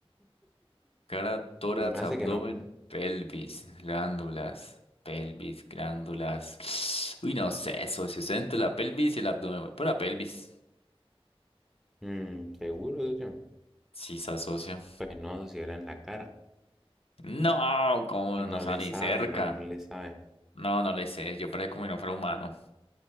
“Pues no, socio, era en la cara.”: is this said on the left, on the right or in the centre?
Centre